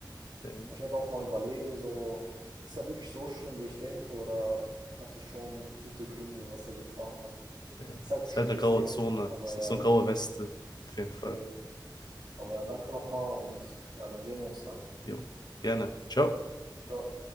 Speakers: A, on the left; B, on the right.
A: Ja.
B: Ich werde auch mal überlegen, so, ist er wirklich so schlimm, wie ich denke, oder hat es schon gute Gründe, was er getan hat?
A: Ja.
B: Ist halt
A: Ist
B: ein schweres
A: halt eine graue
B: Thema,
A: Zone.
B: aber
A: Es
B: ja,
A: ist so
B: ja.
A: eine graue Weste. Auf jeden Fall.
B: Eben. Aber ja, danke nochmal und ja, dann sehen wir uns, ne?
A: Jo, gerne. Ciao.
B: Ciao.